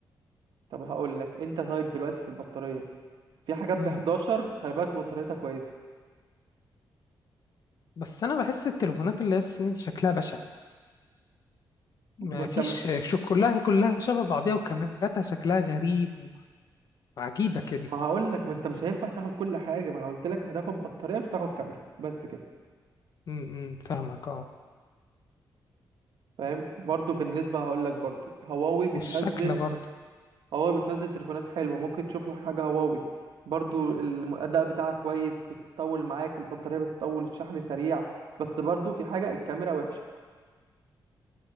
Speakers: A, on the right; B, on the left.
A: طب هقول لك انت طيب دلوقتي في البطاريه في حاجات ب
B: امم
A: 11 خلي بالك بطاريتها كويسه
B: بس انا بحس التليفونات اللي هي الصيني دي شكلها بشع
A: ما
B: ما
A: انت
B: فيش
A: مش
B: شو كلها كلها شبه بعضيها وكاميراتها شكلها غريب وعجيبه كده
A: ما هقول لك ما انت مش هينفع تاخد كل حاجه ما انا قلت لك هتاخد بطاريه مش هتاخد كاميرا بس كده
B: <laughs> امم امم. فاهمك اه
A: فاهم برضو بالنسبة هقول لك برضو هواوي بتنزل
B: والشكل برضه
A: هواوي بتنزل تليفونات حلوة ممكن تشوف لك حاجة هواوي برضو الم- الأداء بتاعها كويس بتطول معاك البطارية بتطول الشحن سريع بس برضو في حاجة الكاميرا وحشة